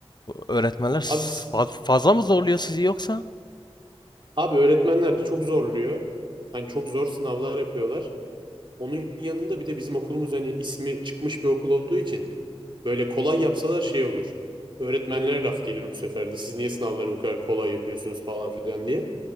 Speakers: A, on the left; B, on the right.
A: Öğretmenler
B: Abi s-
A: fa- fazla mı zorluyor sizi yoksa?
B: abi öğretmenler çok zorluyor. Hani çok zor sınavlar yapıyorlar. Onun yanında bir de bizim okulumuz hani ismi çıkmış bir okul olduğu için böyle kolay yapsalar şey olur. Öğretmenlere laf gelir bu sefer de. Siz niye sınavları bu kadar kolay yapıyorsunuz falan filan diye.